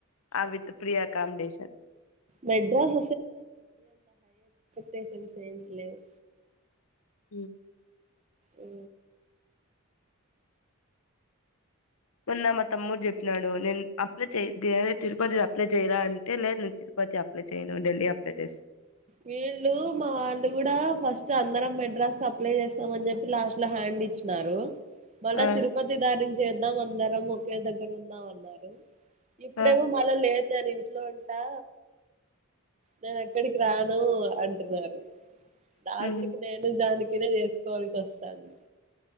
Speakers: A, on the left; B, on the right.
A: ఆ విత్ ఫ్రీ అకామిడేషన్
B: మెడ్రాస్ షన్ ఏం లేవ్
A: మ్
B: ఊ
A: ఉన్న మా తమ్ముడు చెప్పినాడు, నేను అప్లై చే తిరుపతి అప్లై చేయరా అంటే లేదు నేను తిరుపతి అప్లై చేయను ఢిల్లీ అప్లై చేస్తా
B: వీళ్ళు మా వాళ్ళు కూడా ఫస్ట్ అందరం మెడ్రాస్ అప్లై చేస్తాం అని చెప్పి లాస్ట్ లో హ్యాండ్ ఇచ్చినారు మల్ల
A: ఆ
B: తిరుపతి దానీ చేద్దాం అందరం ఒకే దగ్గర ఉందాం అన్నారు ఇప్పుడేవో
A: ఆ
B: మళ్ళ లేదు దాని ఇంట్లో ఉంటా నేను ఎక్కడికి రాను అంటున్నారు లాస్ట్
A: ఉహు
B: కి నేను జానకినే చేసుకోవాల్సి వస్తాంది